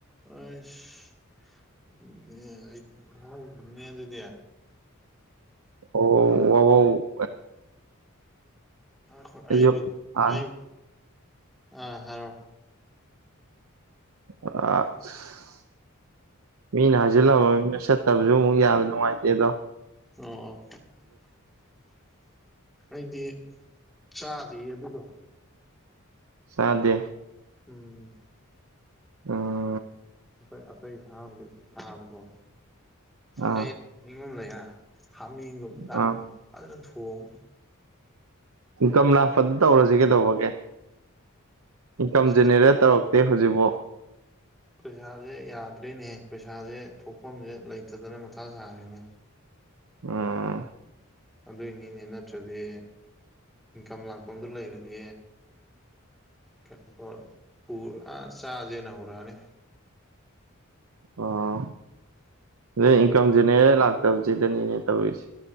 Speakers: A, in the centre; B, on the right.
A: ꯑꯩ ꯍꯣꯏꯅꯦ ꯑꯗꯨꯗꯤ
B: ꯑꯣ ꯑꯣ
A: ꯈꯣꯏ
B: ꯑꯩꯁꯨ
A: ꯑꯩꯕꯨ
B: ꯑꯥ
A: ꯑꯩꯕꯨ ꯑꯥ ꯍꯥꯏꯔꯣ
B: ꯑ ꯃꯤꯅ ꯍꯥꯏꯖꯤꯜꯂꯕꯅꯤꯅ ꯆꯠꯇꯕꯁꯨ ꯑꯃꯨꯛ ꯌꯥꯗ ꯅꯨꯡꯉꯥꯏꯇꯦ ꯑꯗꯣ
A: ꯑꯣꯝ ꯑꯩꯗꯤ ꯆꯥꯗ ꯑꯗꯨꯗꯣ
B: ꯁꯥꯗꯦ
A: ꯎꯝ
B: ꯑ
A: ꯑ ꯑꯇꯩꯇꯩ ꯁꯥꯕ
B: ꯑꯥ
A: ꯑꯩ ꯅꯤꯡꯉꯝ ꯂꯩ ꯍꯥꯃꯦꯡꯕꯣ ꯑꯃꯝ ꯆꯥꯅꯤꯡ
B: ꯑꯥ
A: ꯑꯗꯨꯅ ꯊꯣꯡ
B: ꯒꯝꯂꯥ ꯐꯠ ꯇꯧꯔꯁꯤ ꯀꯩꯗꯧꯕꯒꯦ ꯏꯟꯀꯝ
A: ꯑꯁ
B: ꯖꯦꯅꯦꯔꯦꯠ ꯇꯧꯔꯛꯇꯦ ꯍꯧꯖꯤꯛꯐꯥꯎ
A: ꯄꯩꯁꯥꯁꯦ ꯌꯥꯗ꯭ꯔꯦꯅꯦꯍ ꯄꯩꯁꯥꯁꯦ ꯊꯣꯛꯐꯝꯁꯦ ꯂꯩꯇꯗꯅ ꯃꯊꯥ ꯁꯥꯔꯤꯦꯅꯦ
B: ꯎꯝ
A: ꯑꯗꯨꯏꯅꯤꯅꯦ ꯅꯠꯇ꯭ꯔꯗꯤ ꯏꯟꯀꯝ ꯂꯥꯛꯄꯗꯨ ꯂꯩꯔꯗꯤ ꯀꯩꯅꯣꯣ ꯑꯥ ꯆꯥꯖꯦꯅ ꯍꯧꯔꯛꯑꯅꯤ
B: ꯑꯣ ꯑꯗꯨꯗꯩ ꯏꯟꯀꯝ ꯖꯦꯅꯦꯔꯦ ꯂꯥꯛꯇꯕꯁꯤꯗꯅꯤꯅꯦ ꯇꯧꯔꯤꯁꯦ